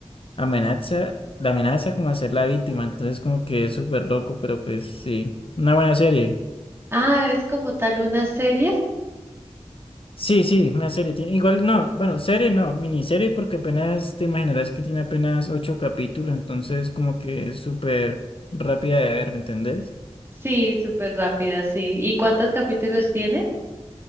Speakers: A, on the left; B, on the right.
A: amenaza, la amenaza como a ser la víctima. Entonces, como que es súper loco, pero pues sí, una buena serie.
B: Ah, es como tal una serie.
A: Sí, sí, una serie. Tiene- Igual no, bueno, serie no, miniserie porque apenas te imaginarás que tiene apenas ocho capítulos, entonces como que es súper rápida de ver, ¿me entendés?
B: Sí, súper rápida, sí. ¿Y cuántos capítulos tiene?